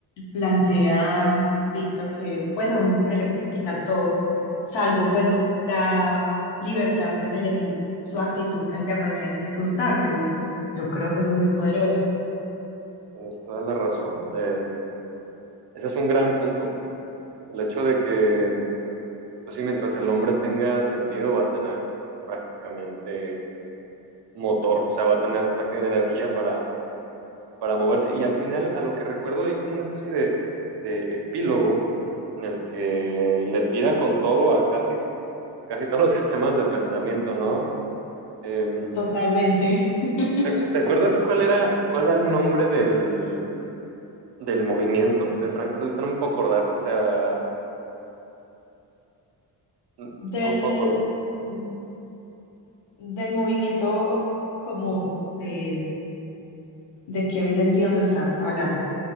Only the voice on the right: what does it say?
Tienes toda la razón. De... Ese es un gran punto. El hecho de que, pues sí, mientras el hombre tenga sentido, va a tener prácticamente motor, o sea, va a tener prácticamente energía para, para moverse. Y al final, a lo que recuerdo, hay como una especie de, de epílogo en el que le tira con todo a casi, a casi todos los <laughs> sistemas de pensamiento, ¿no? Eh,
¿te, te acuerdas cuál era, cuál era el nombre del, del movimiento de Franco? No no me puedo acordar, o sea, no,
no me puedo acordar. Ujú.